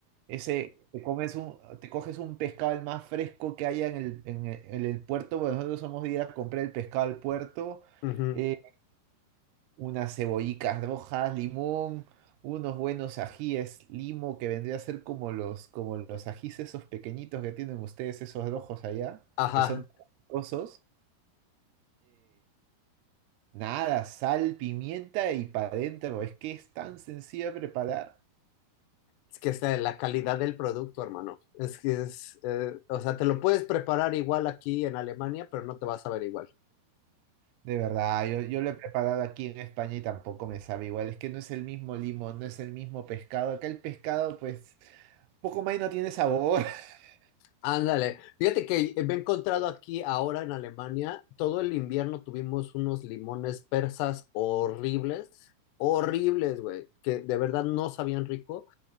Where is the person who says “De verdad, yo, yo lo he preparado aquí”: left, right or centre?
Right